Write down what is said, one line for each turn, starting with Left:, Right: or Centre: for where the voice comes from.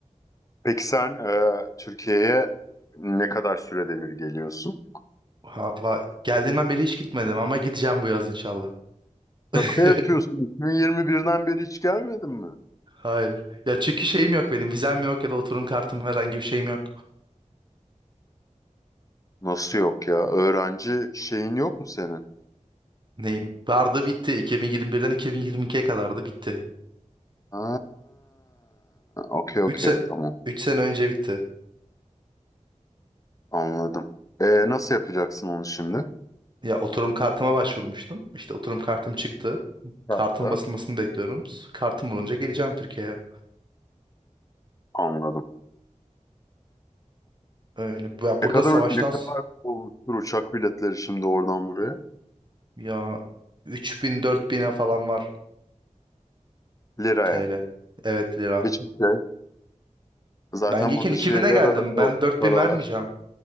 Left: Peki sen e, Türkiye'ye ne kadar sürede bir geliyorsun?
Right: Ha, geldiğimden beri hiç gitmedim ama gideceğim bu yaz inşallah.
Left: Şaka
Right: <laughs>
Left: yapıyorsun. 2021'den beri hiç gelmedin mi?
Right: Hayır. Ya çünkü şeyim yok benim. Vizem yok ya da oturum kartım herhangi bir şeyim yok.
Left: Nasıl yok ya? Öğrenci şeyin yok mu senin?
Right: Neyim? Vardı bitti. 2021'den 2022'ye kadardı bitti.
Left: Ha, okey
Right: 3
Left: okey
Right: se
Left: tamam
Right: 3 sene önce bitti.
Left: anladım. E, nasıl yapacaksın onu şimdi?
Right: Ya oturum kartıma başvurmuştum. İşte oturum kartım çıktı.
Left: Uçakla.
Right: Kartın basılmasını bekliyorum. Kartım bulunca geleceğim Türkiye'ye.
Left: Anladım.
Right: Öyle. Ya
Left: Ne
Right: burada
Left: kadar
Right: savaştan
Left: ne kadar
Right: s-
Left: olmuştur uçak biletleri şimdi oradan buraya?
Right: ya 3000 bin'e falan var
Left: Liraya.
Right: TL. Evet lira.
Left: Hiçbir şey. Zaten
Right: Ben gelirken
Left: burada
Right: 2000'e
Left: şehirler
Right: geldim.
Left: arası
Right: Ben
Left: o
Right: 4000
Left: paralar.
Right: vermeyeceğim.